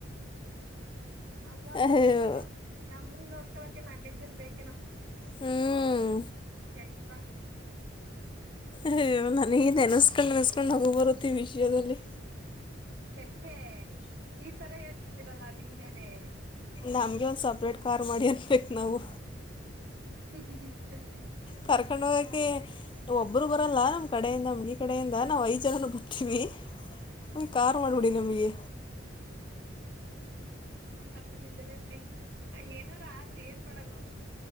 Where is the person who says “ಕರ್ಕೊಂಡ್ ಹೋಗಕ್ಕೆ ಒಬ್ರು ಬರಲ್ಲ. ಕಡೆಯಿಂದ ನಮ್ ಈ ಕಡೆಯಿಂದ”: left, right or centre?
Left